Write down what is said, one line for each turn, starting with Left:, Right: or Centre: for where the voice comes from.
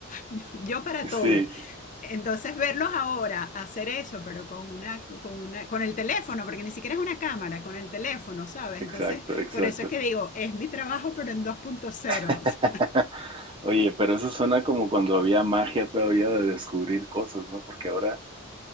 Left: <laughs> Yo para todo.
Right: Sí,
Left: Entonces verlos ahora hacer eso, pero con una, con una, con el teléfono, porque ni siquiera es una cámara, con el teléfono, ¿sabes?
Right: exacto,
Left: Entonces,
Right: exacto.
Left: por eso es que digo, es mi trabajo, pero en dos punto cero.
Right: <laughs>
Left: <laughs>
Right: Oye, pero eso suena como cuando había magia todavía de descubrir cosas, ¿no? Porque ahora